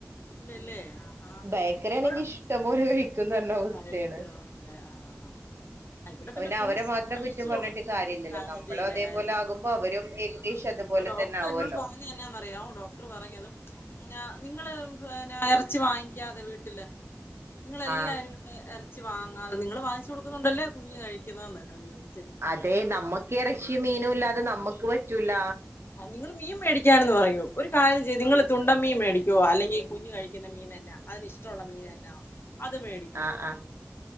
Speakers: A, on the left (about 55°); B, on the right (about 70°).
A: ഇല്ലല്ലേ ആഹാ
B: ബേക്കറി ആണെങ്കിൽ
A: ഒരു
B: ഇഷ്ടംപോ കഴിക്കുമെന്ന പറഞ്ഞ അവസ്ഥയാണ്
A: കഴിക്കാല്ലേ ആഹ് ഇവിടെ
B: പിന്നെ
A: ഫ്രൂട്ട്സ്
B: അവരെ മാത്രം
A: ഒക്കെ കഴിച്ചോളും
B: കുറ്റം പറഞ്ഞിട്ട് കാര്യമില്ലല്ലോ
A: കാര്യല്ല
B: നമ്മള അതേപോലെ
A: കാര്യല്ല
B: ആകുമ്പോ അവരും ഏകദേശം
A: ആഹ്
B: അതുപോലെ
A: അപ്പൊ ഡോക്ടർ
B: തന്നെ ആവുമല്ലോ
A: എന്നോട് പറഞ്ഞ എന്നാന്നറിയാവോ ഡോക്ടർ പറഞ്ഞത് പിന്ന നിങ്ങള് പിന്നാ ഏറ ചി വാങ്ങിക്കാതെ വീട്ടില് നിങ്ങളെല്ലാരും
B: ആഹ്
A: പിന്നെ എറ വാങ്ങാതെ നിങ്ങള് വാങ്ങിച്ചു കൊടുക്കുന്നോണ്ടല്ലേ കുഞ്ഞ് കഴി ക്കുന്നെന്ന് എന്നോട് ചോയിച്ചേ
B: അതെ നമ്മക്ക് ഇറച്ചി മീനും ഇല്ലാതെ നമ്മക്ക് പറ്റൂല
A: നിങ്ങൾ മീൻ മേടിക്കാനെന്ന് പറയും ഒരു കാര്യം ചെയ്യ് നിങ്ങള് തുണ്ടം മീൻ മേടിക്കുവോ അല്ലെങ്കിൽ കുഞ്ഞു കഴിക്കുന്ന മീൻ എന്നാ അതിന് ഇഷ്ടമുള്ള മീൻ എന്നാ അത് മേടിക്ക്‌
B: ആഹ് ആഹ്